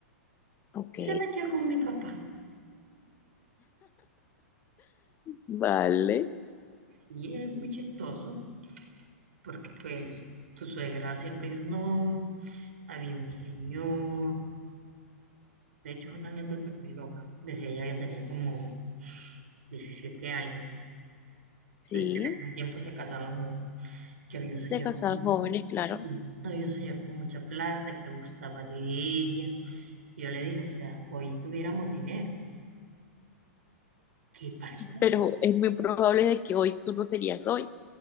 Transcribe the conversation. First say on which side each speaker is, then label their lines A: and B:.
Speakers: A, on the left; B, on the right.
A: ok,
B: y se metió con mi papá.
A: vale,
B: Sí, es muy chistoso, porque pues tu suegra siempre dijo, no. había un señor, de hecho es una anécdota muy loca, decía ella que tenía como 17 años,
A: sí,
B: entonces que en ese tiempo se casaban jóvenes, que había un señor,
A: se casaron
B: con-
A: jóvenes, claro,
B: sí, había un señor con mucha plata que gustaba de ella, y yo le dije, o sea, hoy tuviéramos dinero, ¿qué pasó?
A: pero es muy probable de que hoy tú no serías hoy